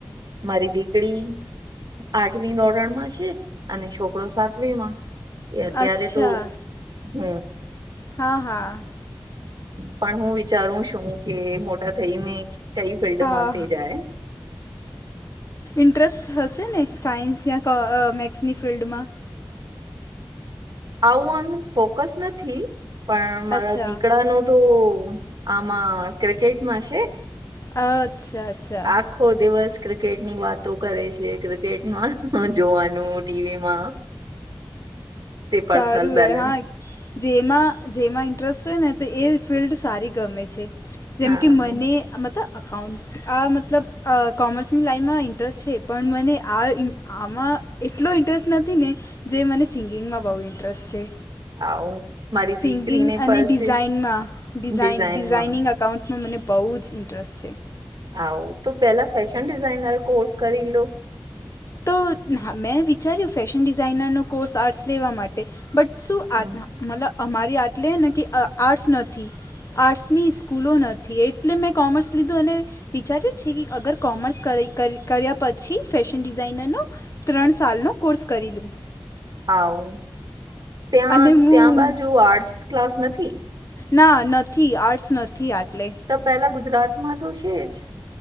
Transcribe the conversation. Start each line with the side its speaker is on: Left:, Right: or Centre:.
Right: મારી દીકરી આઠવીનોરણ માં છે અને છોકરો સા વિમાન એ અત્યારે
Left: અચ્છા
Right: તો હમ
Left: હા હા
Right: પણ હું વિચારું છું કે મોટા થઈને. કંઈ ફિલ્ડમાંથી
Left: હા
Right: જાય.
Left: ઇન્ટરેસ્ટ હશે ને સાયન્સ યા કો મેથસની ફિલ્ડમાં
Right: આવું આનું ફોકસ નથી. પણ મારા
Left: અચ્છા
Right: દીકડા નું તો આમાં ક્રિકેટમાં છે.
Left: અચ્છા અચ્છા
Right: આખો દિવસ ક્રિકેટ ની વાતો કરે ક્રિકેટમાં હ જોવાનું ટીવીમાં તે પર્સનલ
Left: સારું
Right: બેલેન્સ
Left: એ હા જેમાં જેમાં ઇન્ટરેસ્ટ હોય ને તો એ ફિલ્ડ સારી ગમે છે. જેમ
Right: હા
Left: કે મને અમે તો અકાઉન્ટ આ મતલબ કોમર્સની લાઈનમાં ઇન્ટરેસ્ટ છે પણ મને આ આમાં, એટલો ઇન્ટરેસ્ટ નથી ને જે મને સિંગિંગમાં બહુ ઇન્ટરેસ્ટ છે.
Right: આવું, મારી
Left: સિંગિંગ
Right: દીકરીને
Left: અને
Right: પછી
Left: ડિઝાઇનમાં ડિઝાઇ
Right: ડિઝાઇનમાં
Left: ડિઝાઇનિંગ અકાઉન્ટમાં મને, બહુ જ ઇન્ટરેસ્ટ છે.
Right: આવું તો પેલા ફેશન ડિઝાઇનર કોર્સ કરી લો.
Left: તો મેં વિચાર્યું ફેશન ડિઝાઇનર નો કોર્સ આર્ટસ લેવા માટે, બટ શું આટના
Right: હમ
Left: મતલબ અમારી આટલે ને કે આર્ટસ નથી. આર્ટ્સની સ્કૂલો નથી એટલે મેં કોમર્સ લીધું અને, વિચાર્યો છે અગર કર્યા કર્યા પછી ફેશન ડિઝાઇનરનો, ત્રણ સાલ નો કોર્સ કરી લું.
Right: આવું, ત્યાં
Left: અને હું
Right: ત્યાં બાજુ આર્ટસ ક્લાસ નથી.
Left: ના નથી આર્ટ્સ નથી આટલે.
Right: ત પહેલા ગુજરાત માં તો છે જ,